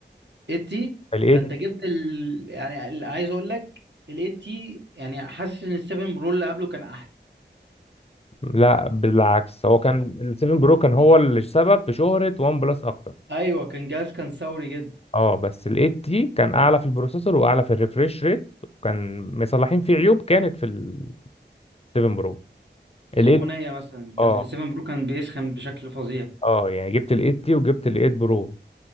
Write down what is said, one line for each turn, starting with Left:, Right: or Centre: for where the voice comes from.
Right: 80
Left: ال <laughs>
Right: ده
Left: 8
Right: انت جبت ال... يعني ال- عايز اقول لك ال 80 يعني حاسس ان ال 7 برو اللي قبله كان احلى
Left: لا بالعكس هو كان ال 7 برو كان هو السبب في شهرة ون بلس اكتر
Right: ايوه كان جاز كان ثوري جدا
Left: اه بس ال 8 تي كان اعلى في البروسيسور واعلى في الريفريش ريت وكان مصلحين فيه عيوب كانت في ال 7 برو
Right: السخونيه
Left: ال 8
Right: مثلا كان
Left: اه
Right: في 7 برو كان بيسخن بشكل فظيع
Left: اه يعني جبت ال 8 تي وجبت ال 8 برو